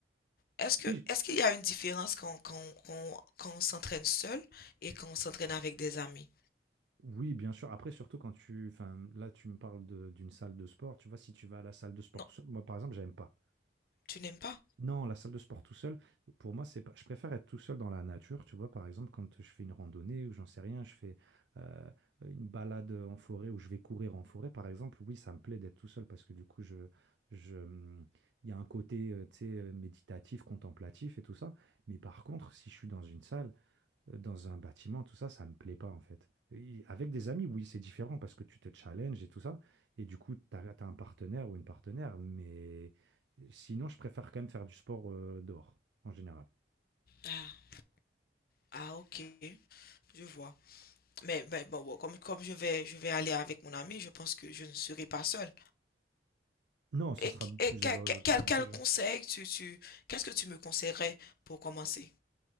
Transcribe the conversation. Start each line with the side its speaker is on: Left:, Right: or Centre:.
Left: Est-ce
Right: oui,
Left: que,
Right: j-
Left: est-ce qu'il y a une différence quand, quand, quand, quand on s'entraîne seul et quand on s'entraîne avec des amis?
Right: oui, bien sûr. Après, surtout quand tu, enfin, là, tu me parles de- d'une salle de sport. Tu vois, si tu vas à la salle de sport
Left: Non,
Right: tout seul, moi, par exemple, j'aime pas.
Left: tu n'aimes pas?
Right: Non, la salle de sport tout seul, pour moi, c'est pas... je préfère être tout seul dans la nature. Tu vois, par exemple, quand je fais une randonnée ou j'en sais rien, je fais euh, une balade en forêt ou je vais courir en forêt, par exemple, oui, ça me plaît d'être tout seul parce que du coup, je, je... hum, il y a un côté, euh, tu sais, euh, méditatif, contemplatif et tout ça. Mais par contre, si je suis dans une salle, heu, dans un bâtiment, tout ça, ça me plaît pas en fait. Et avec des amis, oui, c'est différent parce que tu te challenges et tout ça et du coup, tu as un partenaire ou une partenaire, mais euh, sinon, je préfère quand même faire du sport, heu, dehors, en général.
Left: Ah, ah, ok, je vois. Mais, mais bon, bon, comme, comme je vais, je vais aller avec mon ami, je pense que je ne serai pas seule.
Right: Non, ça
Left: Et,
Right: sera plus
Left: et quel,
Right: av
Left: quel-
Right: plus avantageux.
Left: quel- conseil tu, tu, qu'est-ce que tu me conseillerais pour commencer?